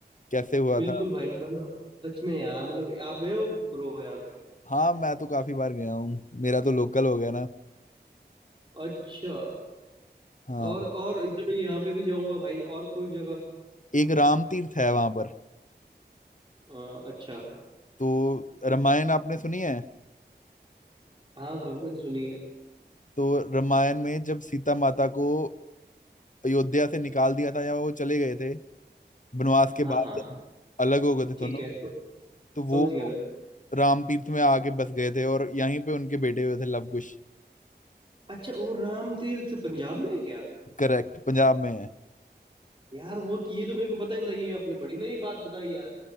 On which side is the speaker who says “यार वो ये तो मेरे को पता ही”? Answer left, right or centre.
Right